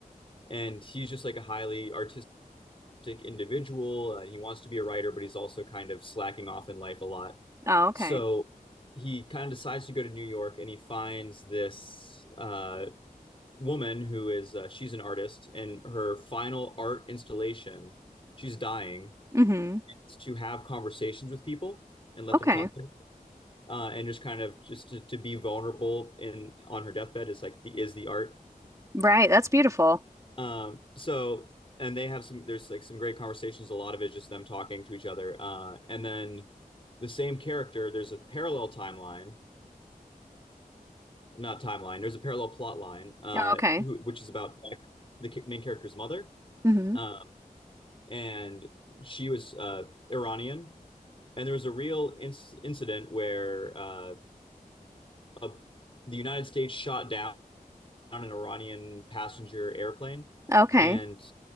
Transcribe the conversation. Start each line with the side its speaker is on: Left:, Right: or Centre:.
Left: and he's just like a highly artistic individual. Uh, he wants to be a writer, but he's also kind of slacking off in life a lot.
Right: Oh, okay.
Left: So he kind of decides to go to New York, and he finds this uh, woman who is uh, she's an artist, and her final art installation, she's dying,
Right: hmm
Left: is to have conversations with people and let
Right: Okay.
Left: them talk to uh, and just kind of just to, to be vulnerable in on her deathbed is like the is the art.
Right: Right. That's beautiful.
Left: Um, so and they have some there's like some great conversations. A lot of it is just them talking to each other. Uh, and then the same character, there's a parallel timeline, not timeline. There's a parallel plot line, uh,
Right: Yeah, Okay.
Left: who, which is about the main character's mother,
Right: hmm
Left: uh, and she was uh, Iranian. And there was a real inc- incident where uh, a, the United States shot down on an Iranian passenger airplane.
Right: Okay.
Left: And